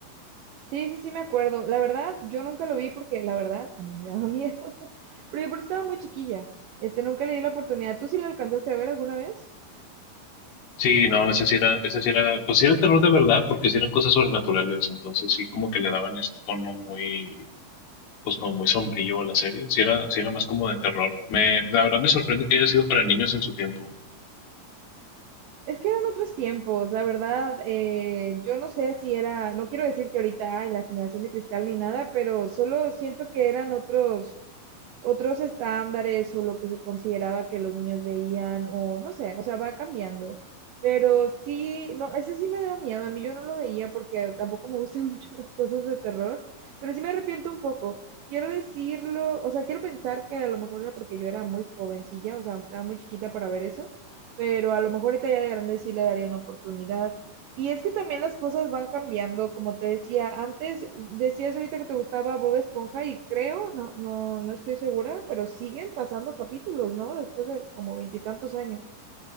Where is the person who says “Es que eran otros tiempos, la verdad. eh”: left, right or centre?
Right